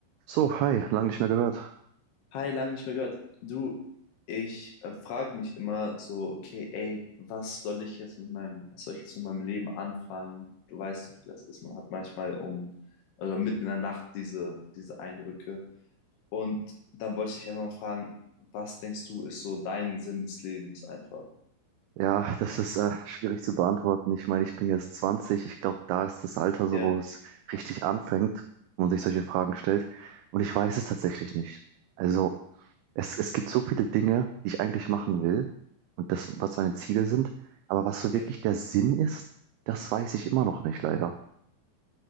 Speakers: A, on the right; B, on the left.
A: So, hi, lange nicht mehr gehört.
B: Hi, lange nicht mehr gehört. Du, ich äh, frage mich immer so, okay, ey, was soll ich jetzt mit meinem, was soll ich jetzt mit meinem Leben anfangen? Du weißt doch, wie das ist. Man hat manchmal um, also mitten in der Nacht diese, diese Eindrücke. Und dann wollte ich dich einfach mal fragen, was denkst du, ist so dein Sinn des Lebens einfach?
A: Ja, das ist äh, schwierig zu beantworten. Ich meine, ich bin jetzt 20. Ich glaube, da ist das Alter so,
B: Ja,
A: wo es richtig anfängt, wo man sich solche Fragen stellt. Und ich weiß es tatsächlich nicht. Also, es, es gibt so viele Dinge, die ich eigentlich machen will und das, was meine Ziele sind. Aber was so
B: ja.
A: wirklich der Sinn ist, das weiß ich immer noch nicht, leider.